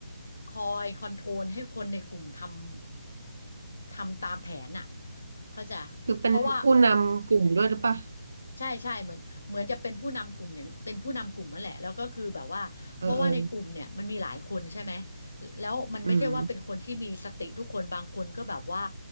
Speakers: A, on the left; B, on the right.
A: คอยคอนโทรลให้คนในกลุ่มทำทำตามแผนน่ะเข้าใจ
B: คือเป็นผู้นำกลุ่มด้วยหรือปะ
A: เพราะว่า ใช่ใช่เหมือนเหมือนจะเป็นผู้นำกลุ่มอย่างเป็นผู้นำกลุ่มนั่นแหละแล้วก็คือแบบว่าเพราะว่าในกลุ่มเนี่ยมันมีหลายคนใช่ไหม
B: เออเออ
A: แล้วมันไม่ใช่ว่าเป็นคนที่มีสติทุกคนบางคนก็แบบว่า
B: อืม